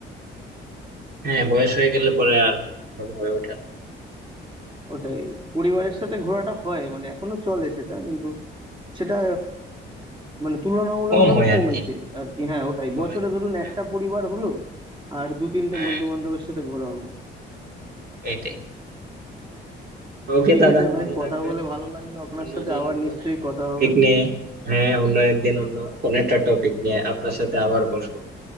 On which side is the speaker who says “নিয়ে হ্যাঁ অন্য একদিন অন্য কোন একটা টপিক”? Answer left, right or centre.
Right